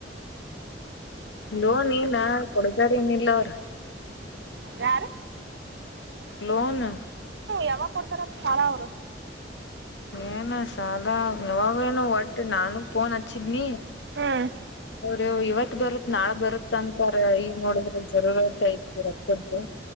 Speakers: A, on the left; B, on the right.
A: ಲೋನ್ ಏನ ಕೊಡ್ತಾರ ಏನಿಲ್ಲ ಅವ್ರ
B: ಯಾರ
A: ಲೋನ್
B: ಯಾವಾಗ ಕೊಡ್ತಾರ ಸಾಲಳ ಅವರು
A: ಏನ ಸಾಲ ಯಾವಾಗೇನೋ ಒಟ್ಟು ನಾನು ಫೋನ್ ಹಚ್ಚಿದ್ನಿ
B: ಹ್ಮ್
A: ರ ಇವತ್ ಬರುತ್ ನಾಳ ಬರುತ್ತ ಅಂತಾರ ಈಗ ನೋಡಿದ್ರ ಜರೂರತ್ ಐತಿ ರತದ್ದು